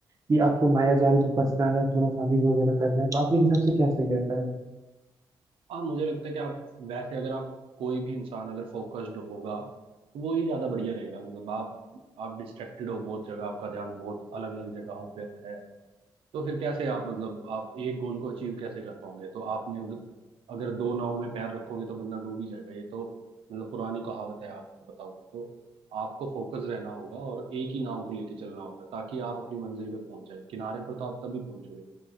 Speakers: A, on the right; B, on the right.
A: कि आपको माया जाल में फंसना है थोड़ा शादी वगैरह करना है तो आपके हिसाब से क्या सही रहता है
B: आप मुझे लगता है कि आप वैसे अगर आप कोई भी इंसान अगर फोकस्ड होगा तो वो ही ज्यादा बढ़िया रहेगा मतलब आप आप डिस्ट्रैक्टेड हो बहुत जगह आपका ध्यान बहुत अलग अलग जगहों पर है तो फिर कैसे आप मतलब आप एक गोल को अचीव कैसे कर पाओगे तो आपने उध- अगर दो नावों में पैर रखोगे तो बंदा डूब ही जाएगा ये तो मतलब पुरानी कहावत है आपको पता होगा तो आपको फोकस रहना होगा और एक ही नाव को लेके चलना होगा ताकि आप अपनी मंजिल पे पहुंच जाए किनारे पर तो आप तभी पहुंचोगे